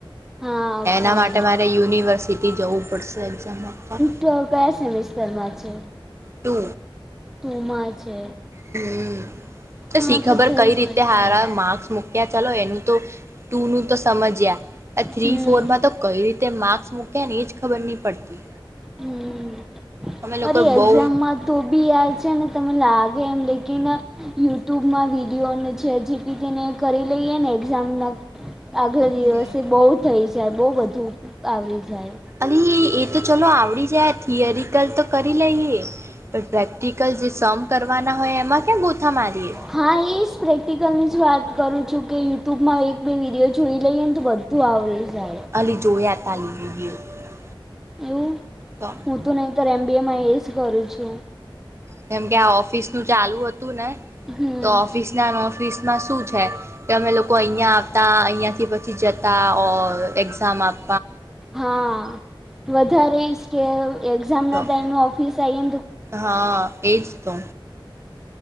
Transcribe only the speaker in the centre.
હા અકાઉન્ટ
તો કયા સેમિસ્ટરમાં છે
તમા છે
હા
થઈ
જશે
હમ
હમ
અરે
એક્ઝામમાં
તો બી આ છે ને તમે લાગે એમ લેકીન યુટ્યુબમાં વિડીયોને જે જે પી તેને કરી લઈએ ને એક્ઝામ આગળ દિવસે
બહુ થઇ જાય બહ બધું આવરી જાય
હા એ જ પ્રેક્ટિકલ જ વાત કરું છું કે યુટ્યુબમાં એક બે વિડીયો જોઈ લઈએને તો બધું ત આવવરી જાય
એવું
હું તો નહીંતર એમ બી એમાં એ જ કરું છું
હમ
હા વધારેઈશ કે એક્ઝામ
ના ટાઈમે ઓફિસ આને